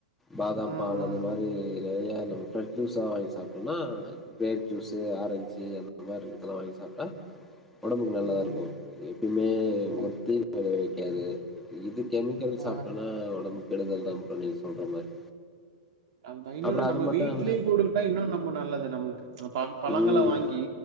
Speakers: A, in the centre; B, on the right.
A: பாதாம்
B: ம்
A: பால் அந்த மாரி நெறையா நம பிரெஷ் ஜூஸா வாங்கி சாப்ட்டோம்னா கிரேப் ஜூஸு ஆரஞ்சு அந்த மாரி இருக்கதெல்லா வாங்கி சாப்ட்டா ஒடம்புக்கு நல்லாருக்கு
B: ம் ம்
A: எப்பயுமே
B: ஆமா
A: ஒருத்தீ விளை வக்கு ஏது இது கெமிக்கல்
B: ஆ
A: சாப்ட்டனா ஒடம்பு கெடுதல் தா‌ ப்ரோ நீங்க சொல்ற மாரி
B: அந்தா இன்னொன்னு
A: அப்புறம் அது
B: நம்ம
A: மட்டும்
B: வீட்லயே
A: இல்ல
B: போட்டுக்கிட்டா இன்னு ரொம்ப நல்லது நம்மளுக்கு பழ பழங்கள
A: ம்.
B: வாங்கி